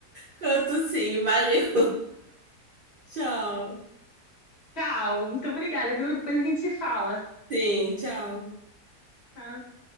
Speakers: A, on the right (about 75°); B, on the left (about 45°).
A: Canto sim, valeu. <laughs> Tchau.
B: Tchau, muito obrigada, viu? Depois a gente se fala.
A: Sim, tchau.
B: Tá?